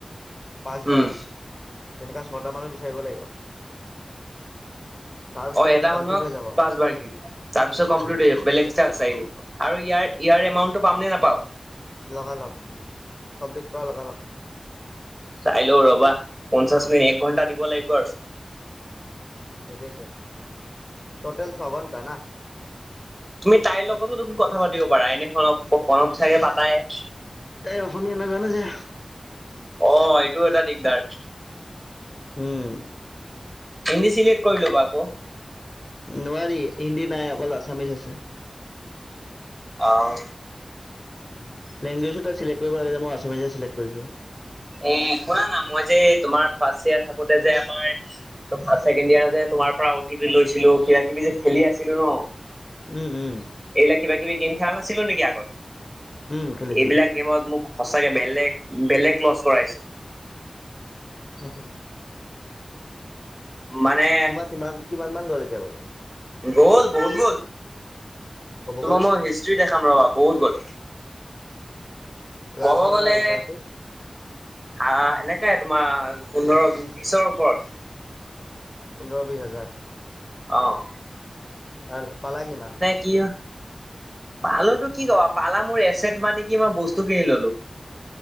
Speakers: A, on the left (about 35°); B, on the right (about 15°).
A: পাঁচবাৰ।
B: উম
A: তেনেকা ছটা মানুহ বিচাৰিব লাগিব। তাৰপিছত
B: অ'
A: এইটো
B: এটা
A: কমপ্লিট
B: মানুহক
A: হৈ যাব
B: পাঁচ বাৰকে তাৰপিছত কমপ্লিট
A: উম
B: হৈ যাব বেলেগ টাক্স আহিব। আৰু ইয়াৰ, ইয়াৰ এমাউণ্টটো পাম নে নাপাওঁ।
A: লগালক কাব্লিত পৰা লগালক।
B: চাই লওঁ ৰবা পঞ্চাশ মিনিট, এক ঘণ্টা দিব লাগিব আৰু।
A: এইতো এতো টটেল ছ ঘন্টা না।
B: তুমি তাইৰ লগতো দেখোন কথা পাতিব পাৰা, এনে ফনত, ফনত ছাগে পাতাই।
A: তাই অসমীয়া নাজানে যে।
B: অ' এইটো এটা দিগদাৰ।
A: উ'ম।
B: হিন্দী চিলক্ট কৰি লবা আকৌ।
A: নোৱাৰি হিন্দী নাই অকল আছামিছ আছে।
B: অ'হ।
A: লেংগোৱজ এটা চেলেক্ট কৰিব লাগে মই আচামীচ চেলেক্ট কৰিছো।
B: এ শুনা না মই যে তোমাৰ ফাৰ্ষ্ট ইয়োৰ থাকোতে যে আমাৰ। ত ফাৰ্ষ্ট ছেকেণ্ড ইয়াৰ তোমাৰ পৰা অ টি পি লৈছিলো কিবা কিবি যে খেলি আছিলো ন।
A: উ'ম, উ'ম।
B: এইলা কিবা- কিবি গেম খেলা নাছিলো নেকি আগত।
A: উম খেলিছিলা।
B: এইবিলাক গেমত মোক সঁচাকে বেলেগ বেলেগ লছ কৰাইছে।
A: হে, হে।
B: মানে।
A: তোমাৰ কিমান কিমান মান গ'ল এতিয়ালৈকে
B: গ'ল বহুত গ'ল
A: ক'ব
B: তোমাক
A: গ'লে
B: মই হিষ্ট্ৰী দেখাম ৰবা বহুত গ'ল। ক'ব
A: লাখৰ
B: গ'লে
A: ওচৰাওচৰি।
B: আহ এনেকাই তোমাৰ পোন্ধৰ বিশৰ ওপৰত।
A: পোন্ধৰ বিশছ হাজাৰ।
B: অহ।
A: আৰু পালা কিমান।
B: কিয়? পালোতো কি ক পালা মোৰ এছেট মানে কি মই বস্তু কিনি ললো।